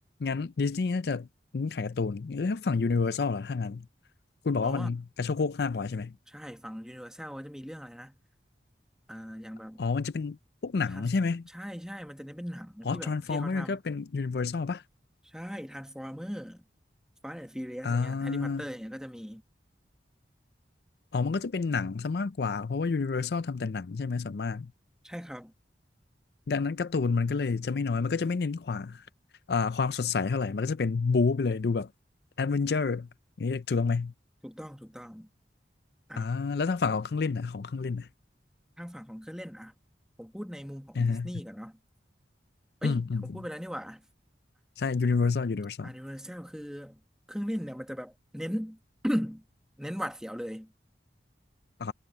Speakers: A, on the left (about 60°); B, in the centre.
A: งั้นดิสนีย์น่าจะเน้นขายการ์ตูนแล้วถ้าฝั่ง Universal ล่ะถ้างั้นคุณบอกว่ามันกระโชกโคกห้ากว่าใช่ไหม
B: อ๋อใช่ฝั่ง Universal ก็จะมีเรื่องอะไรนะอ่าอย่างแบบ
A: อ๋อมันจะเป็นพวกหนังใช่ไหม
B: ทานใช่ใช่ มันจะเน้นเป็นหนังที่แบบที่เขาทำ
A: อ๋อ Transformer ก็เป็น Universal ป่ะ
B: ใช่ทรานส์ฟอร์เมอร์ฟาสต์แอนด์ฟิวเรียสอย่างเงี้ยแฮร์รี่พอตเตอร์อย่างเงี้ยก็จะมี
A: อ่าอ๋อมันก็จะเป็นหนังซะมากกว่าเพราะว่า Universal ทำแต่หนังใช่ไหมส่วนมาก
B: ใช่ครับ
A: ดังนั้นการ์ตูนมันก็เลยจะไม่น้อยมันก็จะไม่เน้นขวาอ่าความสดใสเท่าไหร่มันก็จะเป็นบู๊ไปเลยดูแบบแอดเวนเจอร์นี่ถูกต้องไหม
B: ถูกต้องถูกต้องอ่ะ
A: อ่าแล้วทางฝั่งของเครื่องเล่นนะของเครื่องเล่นนะ
B: ทางฝั่งของเครื่องเล่นอ่ะผมพูดในมุมของดิสนีย์กันเนาะ
A: นะฮะ
B: เอ้ยผมพูดไปแล้วนี่หว่าอ่ะ
A: อืมอืมอืมใช่ Universal Universal
B: อ่ะยูนิเวอร์แซลคือเครื่องเล่นเนี่ยมันจะแบบเน้น <coughs> เน้นหวัดเสียวเลย
A: อ่า